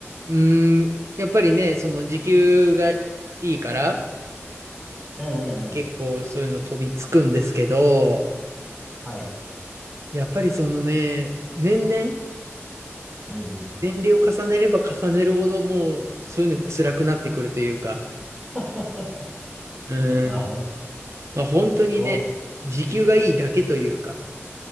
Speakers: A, on the right; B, on the right.
A: うーん、やっぱりね、その時給がいいから、
B: うんうんうん。
A: 結構そういうの飛びつくんですけど、
B: はい。
A: やっぱりそのね、年々、
B: うんうん。
A: 年齢を重ねれば重ねるほど、もうそういうのが辛くなってくるというか、
B: <laughs>
A: うーん、
B: まあ本
A: まあ本当にね、
B: 当、
A: 時給がいいだけというか、